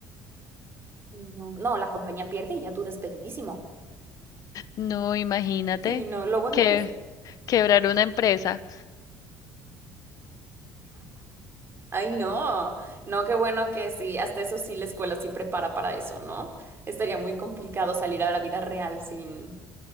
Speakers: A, on the right; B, on the left.
A: Sí, no. No, la compañía pierde y ya tú despedidísimo.
B: No, imagínate
A: Sí, no, lo bueno
B: que
A: es que
B: quebrar una empresa.
A: Ay, no, no, qué bueno que sí, hasta eso sí la escuela sí prepara para eso, ¿no? Estaría muy complicado salir a la vida real sin,